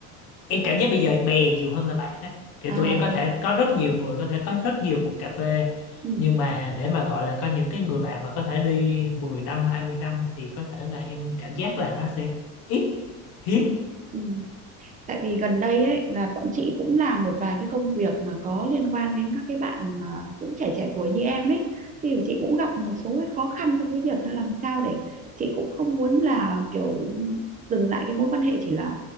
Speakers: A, on the left (about 65°); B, on the right (about 20°).
A: em cảm giác bây giờ bè nhiều hơn là bạn á. Kiểu
B: À.
A: tụi em có thể có rất nhiều người có thể có rất nhiều cuộc cà phê
B: Ừ.
A: nhưng mà để mà gọi là có những cái người bạn mà có thể đi mười năm 20 năm thì có thể là em cảm giác là nó sẽ ít hiếm
B: Ừ. tại vì gần đây ấy là bọn chị cũng làm một vài cái công việc mà có liên quan đến các cái bạn mà cũng trẻ trẻ tuổi như em ấy thì chị cũng gặp một số cái khó khăn trong cái việc là làm sao để chị cũng không muốn là kiểu dừng lại cái mối quan hệ chỉ là